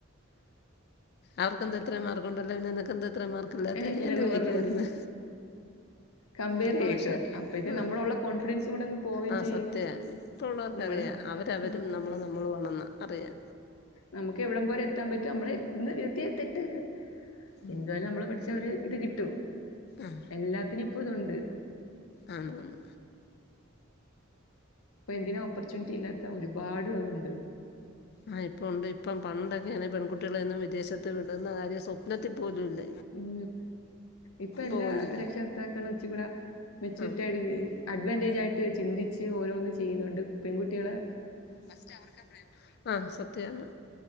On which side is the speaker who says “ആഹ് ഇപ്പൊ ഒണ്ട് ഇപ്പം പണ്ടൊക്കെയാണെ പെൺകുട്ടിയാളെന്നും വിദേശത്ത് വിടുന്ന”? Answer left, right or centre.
Left